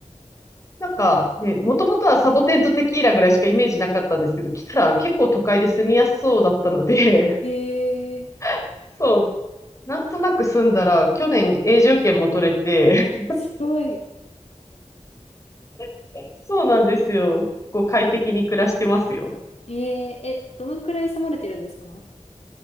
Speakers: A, on the left; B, on the left.
A: なんかね、もともとはサボテンとテキーラぐらいしかイメージなかったんですけど、来たら結構都会で住みやすそうだったので、
B: へえ、
A: <laughs> そう、なんとなく住んだら、去年永住権も取れて、
B: すごい。
A: <laughs> そうなんですよ。こう快適に暮らしてますよ。
B: えー、え、どのくらい住まれてるんですか